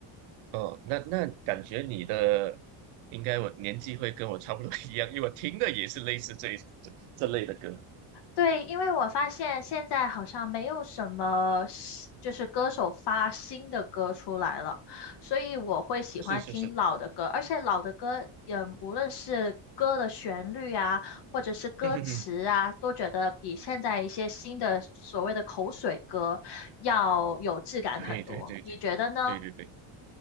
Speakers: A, on the right (about 85°); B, on the left (about 55°).
A: 哦，那那感觉你的应该我年纪会跟我差不多一样，因为我听的也是类似这这这类的歌，
B: 对，因为我发现现在好像没有什么新就是歌手发新的歌出来了，所以我会喜欢听老的歌，
A: 是是是，
B: 而且老的歌，嗯，无论是歌的旋律啊，或者是歌词啊，
A: 嗯哼哼，
B: 都觉得比现在一些新的所谓的口水歌要有质感很多。
A: 对对对对
B: 你觉得呢？
A: 对对对。